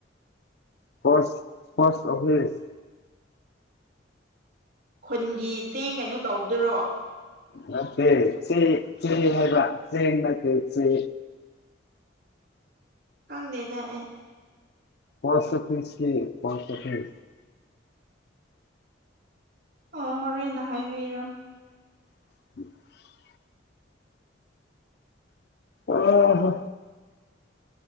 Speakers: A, on the left; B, on the right.
A: ꯄꯣꯁ ꯄꯣꯁ ꯑꯣꯐꯤꯁ
B: ꯈꯨꯟꯒꯤ ꯆꯦꯡ ꯀꯩꯅꯣ ꯇꯧꯕꯗꯨꯔꯣ
A: ꯅꯠꯇꯦ ꯆꯦ ꯆꯦ ꯍꯥꯏꯕ ꯆꯦꯡ ꯅꯠꯇꯦ ꯆꯦ
B: ꯈꯪꯗꯦꯗꯥ ꯑꯩ
A: ꯄꯣꯁ ꯑꯣꯐꯤꯁꯀꯤ ꯄꯣꯁ ꯑꯣꯐꯤꯁ
B: ꯑꯣ ꯍꯣꯔꯦꯟ ꯍꯥꯏꯕꯤꯔꯣ
A: <inaudible> ꯑꯥ ꯍꯥ